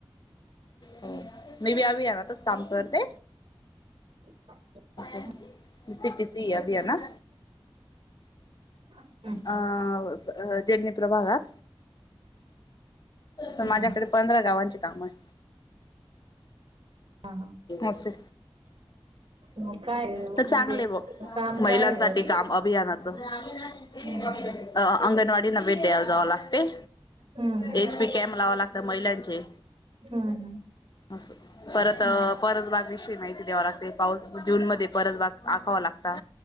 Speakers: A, on the left (about 50°); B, on the right (about 70°).
A: हो मी बी अभियानातच काम करते.
B: <inaudible>
A: सि पी सी अभियानात.
B: हम्म
A: अं अ देडनी प्रभागात तर
B: हम्म
A: माझ्याकडे पंधरा गावांचे काम आहे.
B: हा हा
A: असं.
B: मग काय
A: तर चांगलय
B: म्हणजे
A: ब्वा
B: काम
A: महिलांसाठी
B: काय आहे बुवा तुमचं
A: काम अभियानाच. अ
B: हम्म
A: अंगणवाडीना भेट द्यायला जावं लागतय
B: हम्म हम्म
A: एच पी कॅम्प लावावं लागत महिलांचे.
B: हम्म हम्.
A: असं. परत अ परजबाग विषयी माहिती द्यावा लागते पाऊस जून मध्ये परजबाग आखावा लागता.